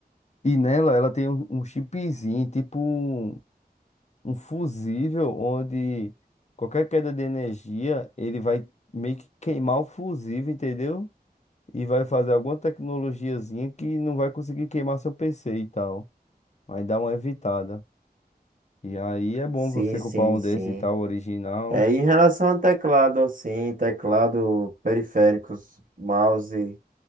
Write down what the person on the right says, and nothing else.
Sim,
sim,
sim.
É, em relação ao teclado, assim, teclado, periféricos, mouse,